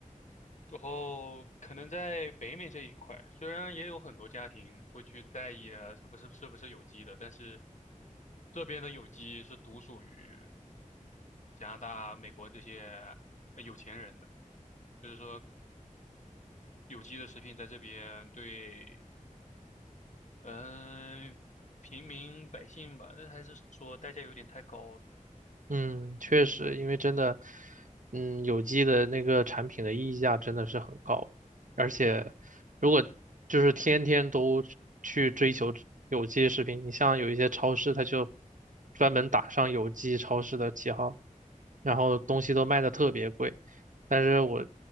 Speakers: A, on the left; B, on the right.
A: 然后可能在北美这一块，虽然也有很多家庭会去在意啊，是不是是不是有机的，但是这边的有机是独属于加拿大、美国这些呃有钱人的，就是说有机的食品在这边对，嗯、平民百姓吧，那还是说代价有点太高了，
B: 嗯，确实，因为真的，嗯，有机的那个产品的溢价真的是很高，而且如果就是天天都去追求有机食品，你像有一些超市，它就专门打上有机超市的旗号，然后东西都卖的特别贵，但是我